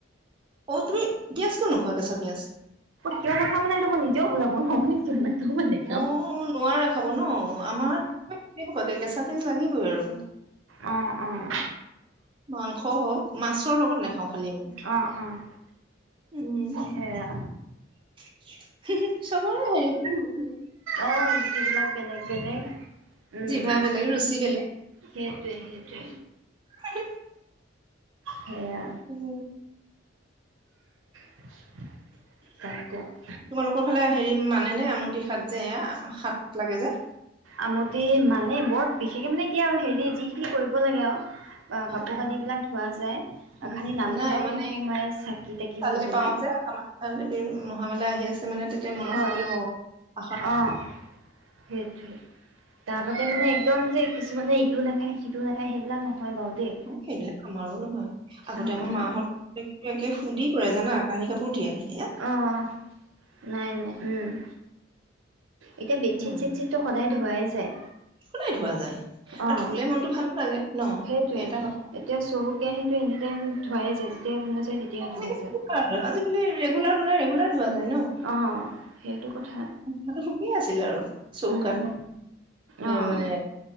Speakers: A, on the right; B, on the right.
A: অ', তুমি পিয়াজ, কিয় নোখোৱা কেঁছা পিয়াঁজ?
B: কিয় নাখাওঁ মানে এইটো মই নিজেও বুজাব নোৱাৰো। নাখাওঁ মানে।
A: অ', নোৱাৰা খাব ন আমাৰ <unintelligible> কেঁচা পিয়াঁজ লাগিবই আৰু।
B: অ', অ'।
A: মাংস হওঁক, মাছৰ লগত নাখাওঁ খালি আমি।
B: অ' অ'।
A: উম।
B: সেয়া
A: চবৰে হয়
B: অ' জুতি বিলাক বেলেগ বেলেগ উম'।
A: জিভা বেলেগ ৰুচি বেলেগ।
B: সেইটোৱে, সেইটোৱে।
A: <unintelligible>
B: সেয়া।
A: উম'।
B: <unintelligible>
A: তোমালোকৰ ফালে হেৰি মানেনে আমুটি শাক যে এয়া, শাক লাগে যে?
B: আমটি মানে বৰ বিশেষ মানে কি আৰু হেৰি যিখিনি কৰিব লাগে আও।
A: অ',
B: কাপোৰ
A: অ'।
B: কানিবিলাক ধোৱা যায়,
A: উম,
B: খালি নামঘৰত
A: নাই মানে
B: নোসোমাই চাকি তাকি
A: চালেই
B: নজ্বলায়।
A: পাওঁ যে <unintelligible> মহামেলা আহি আছে। মানে তেতিয়া মনত
B: হয়
A: পৰিল অ' আষাৰ
B: অঁ সেইটোৱে। তাৰবাদে মানে একদম যে কিছুমানে ইটো নাখায়, সিটো নাখায় সেইবিলাক নহয় বাৰু দেই।
A: সেইবিলাক আমাৰো নহয়, আগতে
B: অ',
A: আমাৰ
B: অ',
A: মাহত সুধি কৰে জানা, কানি কাপোৰ তিয়াই।
B: অ' নাই নাই উম' এতিয়া বেতচিত
A: উম,
B: চেটচিত ত সদায় ধোৱাই যায়।
A: সদাই ধোৱা যায়, আৰু
B: অ',
A: ধুলে মনটো ভাল লাগে ন।
B: সেইটোৱে
A: সেই এটা কথা
B: এতিয়া চৰু কেৰাহীটো এনি টাইম ধুৱাই যায়, যেতিয়াই মন যায় তেতিয়াই
A: আজিকালি
B: ধুৱাই যায়।
A: আজিকালি ৰেগুলাৰ বনাই, ৰেগুলাৰ ধোৱা যায় ন।
B: অ', সেইটো কথা
A: হেঁতে সুখি আছিল আৰু, চৌকাত
B: উম, অ',
A: এ মানে